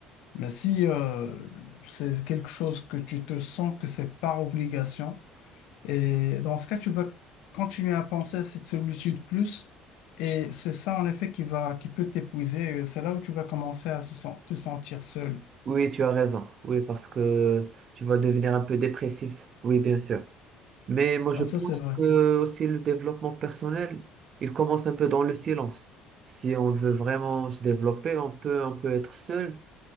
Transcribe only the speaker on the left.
Mais si euh, c'est quelque chose que tu te sens que c'est par obligation, et dans ce cas, tu vas continuer à penser à cette solitude plus, et c'est ça en effet qui va, qui peut t'épuiser. et C'est là où tu vas commencer à se sen- te sentir seul.
Ben, ça,
c'est vrai.